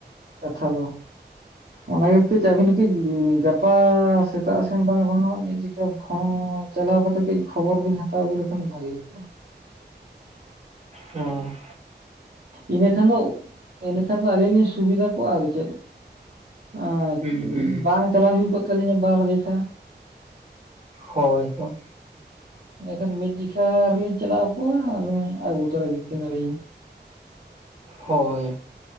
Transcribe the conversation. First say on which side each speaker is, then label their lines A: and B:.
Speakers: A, on the right (about 60°); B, on the right (about 40°).
A: ᱠᱟᱛᱷᱟ ᱫᱚ᱾ ᱚᱱᱟᱜᱮ ᱠᱟᱹᱡ ᱟᱹᱵᱤᱱ ᱦᱚᱸ ᱠᱟᱹᱡ ᱜᱟᱯᱟ ᱥᱮᱛᱟᱜ ᱥᱮᱱ ᱵᱟᱝ ᱨᱚᱦᱚᱸ ᱢᱤᱫ ᱡᱮᱠ <unintelligible> ᱪᱟᱞᱟᱣ ᱠᱟᱛᱮᱜ ᱠᱟᱹᱡ ᱠᱷᱚᱵᱚᱨ ᱵᱤᱱ ᱦᱟᱛᱟᱣ ᱟᱹᱜᱩ ᱞᱮᱠᱷᱟᱱ ᱵᱷᱟᱜᱮ ᱠᱚᱜᱼᱟ᱾ <inaudible>
B: ᱦᱮᱸ
A: ᱤᱱᱟᱹᱠᱷᱟᱱ ᱫᱚ ᱤᱱᱟᱹᱠᱷᱟᱱ ᱫᱚ ᱟᱹᱞᱤᱧ ᱞᱤᱧ ᱥᱩᱵᱤᱫᱷᱟ ᱠᱚᱜᱼᱟ ᱟᱫᱚ ᱪᱮᱫ᱾ ᱟᱨ
B: ᱦᱩᱸ ᱦᱩᱸ
A: ᱵᱟᱝ ᱪᱟᱞᱟᱣ ᱦᱩᱭ ᱠᱚᱜ ᱛᱟᱹᱞᱤᱧᱟ ᱵᱟᱨ ᱫᱮᱠᱷᱟ᱾
B: ᱦᱳᱭ ᱦᱳᱭ
A: ᱤᱱᱟᱹᱠᱷᱟᱱ ᱢᱤᱫ ᱡᱤᱜᱷᱟ ᱨᱮᱞᱤᱧ ᱪᱟᱞᱟᱣ ᱠᱚᱜᱣᱟ ᱟᱨ ᱟᱹᱜᱩ ᱛᱚᱨᱟ ᱜᱮ ᱠᱤᱱᱟᱹᱞᱤᱧ
B: ᱦᱳᱭ